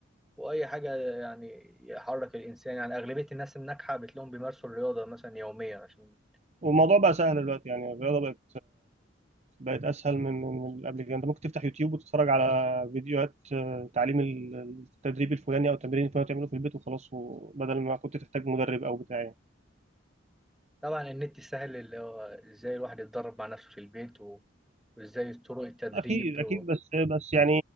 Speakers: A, in the centre; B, on the right.
A: واي حاجه يعني يحرك الانسان يعني اغلبيه الناس الناجحه بتلاقيهم بيمارسوا الرياضه مثلا يوميا عشان
B: والموضوع بقى سهل دلوقتي يعني الرياضه بقت بقت اسهل من من من قبل كده انت ممكن تفتح يوتيوب وتتفرج على فيديوهات آه، تعليم ال- التدريب الفلاني او التمرين الفلاني تعمله في البيت وخلاص وبدل ما كنت تحتاج مدرب او بتاع يعني.
A: طبعا النت سهل اللي هو ازاي الواحد يتدرب مع نفسه في البيت و... وازاي طرق التدريب
B: اكيد
A: و...
B: اكيد بس بس يعني